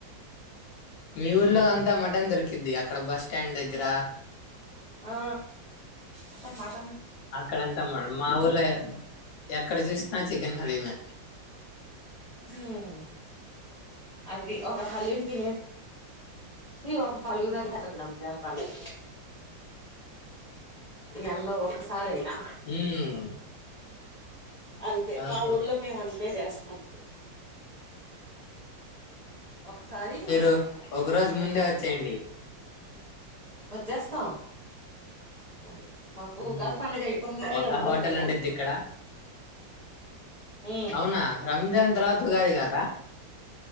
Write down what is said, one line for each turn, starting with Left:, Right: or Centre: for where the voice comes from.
Left: మీ ఊర్లో అంతా మటన్ దొరికిద్ది అక్కడ బస్స్టాండ్ దగ్గర
Right: ఆ అంత మట
Left: అక్కడంతా మరి మా ఊర్లో ఎక్కడజూసీన చికెన్ హలీమే.
Right: ఊహు అది ఒక హలీం తినే ఇవొక ఫాలుదా రంజాన్ పండగ నెలలో ఒక్కసారయినా
Left: ఉమ్
Right: అంతే
Left: అవును
Right: మా ఊర్లో మేము అంతే చేస్తాం. హఓ ఒకసారి
Left: మీరు
Right: ఒక
Left: రోజు ముందే వచ్చేయండి.
Right: వచ్చేస్తాం అది మాకు
Left: ఉమ్
Right: ఉగాది పండగ అయిపోంగానే
Left: ఒక
Right: రంజాన్
Left: హోటల్
Right: కదా
Left: ఉండిద్ది ఇక్కడ
Right: ఊ
Left: అవునా రంజాన్ తర్వాత ఉగాది కాదా